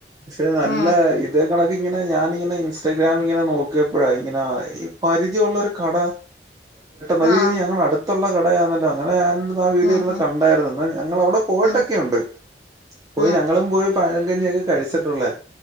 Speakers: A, on the right (about 20°); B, on the left (about 75°).
A: പക്ഷെ നല്ല
B: ഉം
A: ഇത കണ ഇങ്ങനെ ഞാനിങ്ങനെ ഇൻസ്റ്റഗ്രാാം ഇങ്ങനെ നോക്കിയപ്പോഴാ ഇങ്ങന ഈ പരിചയമുള്ളരു കട മയ
B: ആഹ്
A: ഞടു കടയാണല്ലോ അങ്ങനെ ആ വീട്
B: ഉം
A: ഇരുന്ന്
B: ഉം
A: കണ്ടായിരുന്നന്ന് ഞങ്ങ അവിടെ പോയിട്ടൊക്കെയുണ്ട്
B: ഉം
A: പോയി
B: ഉം
A: ഞങ്ങളും പോയി പഴങ്കഞ്ഞിൊക്കെ കഴിച്ചിട്ടുള്ളേ